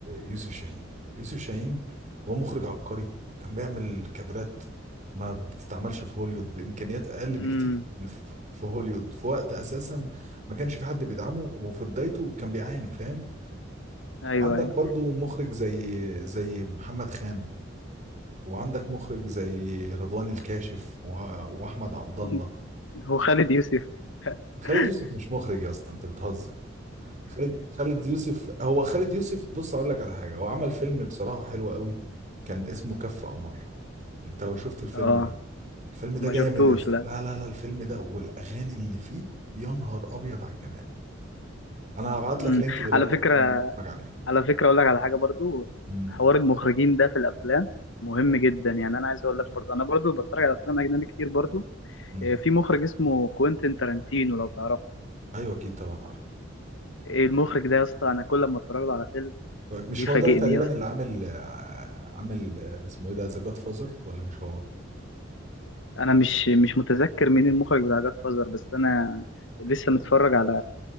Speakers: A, on the right; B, on the left.
A: يوسف شاهين يوسف شاهين هو مخرج عبقري كان بيعمل كادرات ما بتتعملش في هوليوود بامكانيات اقل
B: امم
A: بكتير من ف- في هوليوود في وقت اساسا ما كانش في حد بيدعمه وفي بدايته كان بيعاني فاهم
B: ايوه
A: وعندك
B: ايوه
A: برضو مخرج زي زي محمد خان وعندك مخرج زي رضوان الكاشف و- واحمد عبد الله
B: <laughs> هو خالد يوسف
A: خالد
B: <laughs>
A: يوسف مش مخرج يا اسطى انت بتهزر خالد خالد يوسف هو خالد يوسف بص اقول لك على حاجه هو عمل فيلم بصراحه حلو قوي كان اسمه كف قمر انت لو شفت الفيلم
B: اه
A: ده الفيلم ده
B: ما
A: جامد
B: شفتوش
A: يا اسطى
B: لا
A: لا لا لا الفيلم ده والاغاني اللي فيه يا نهار ابيض على الجمال انا هبعت
B: امم
A: لك لينك دلوقتي
B: على فكره
A: الفيلم ده اتفرج عليه
B: على فكرة أقول لك على حاجة برضو
A: امم
B: حوار المخرجين ده في الأفلام مهم جدا يعني أنا عايز أقول لك برضو أنا برضو بتفرج على أفلام أجنبي كتير برضو
A: امم
B: آه، في مخرج اسمه كوينتين تارانتينو لو تعرفه
A: ايوه اكيد طبعا عارف
B: إيه المخرج ده يا اسطى أنا كل ما أتفرج له على فيلم
A: مش
B: بيفاجئني
A: هو ده اللي تقريبا
B: يا اسطى
A: اللي عامل آه، عامل آه، اسمه ايه ده ذا جاد فازر ولا مش هو
B: أنا مش مش متذكر مين المخرج بتاع جاد فازر بس أنا لسه متفرج على